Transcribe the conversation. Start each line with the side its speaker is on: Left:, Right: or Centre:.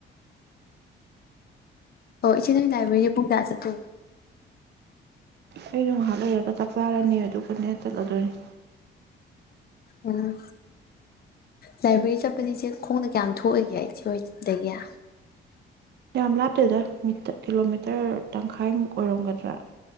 Left: ꯑꯣ ꯏꯆꯦ ꯅ ꯂꯥꯏꯕ꯭ꯔꯦꯔꯤ ꯄꯨꯛꯇ ꯆ ꯊ
Right: ꯑꯩꯩꯅꯣ ꯉꯥꯏꯍꯥꯛ ꯂꯩꯔꯒ ꯆꯥꯛꯇꯥꯔꯅꯤ ꯑꯗꯨꯒꯅꯦ ꯆꯠꯂꯗꯣꯏꯅꯤ
Left: ꯎꯝ ꯂꯥꯏꯕ꯭ꯔꯦꯔꯤ ꯆꯠꯄꯅꯤꯁꯦ ꯈꯣꯡꯅ ꯀꯌꯥꯝ ꯊꯣꯛꯏꯒꯦ ꯏꯆꯦ ꯍꯣꯏꯗꯒꯤ
Right: ꯌꯥꯝ ꯂꯥꯞꯇꯦꯗ ꯃꯤꯠꯇ ꯀꯤꯂꯣꯃꯤꯇꯔ ꯇꯪꯈꯥꯏꯃꯨꯛ ꯑꯣꯏꯔꯝꯒꯗ꯭ꯔꯥ